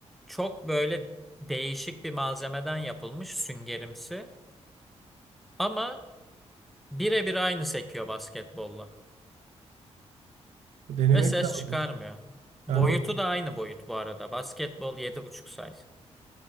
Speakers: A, in the centre; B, on the right.
A: çok böyle değişik bir malzemeden yapılmış süngerimsi. Ama birebir aynı sekiyor basketbolla.
B: ben. Denemek
A: Ve ses
B: lazım.
A: çıkarmıyor. Boyutu
B: Yani o
A: da aynı boyut bu arada. Basketbol yedi buçuk size.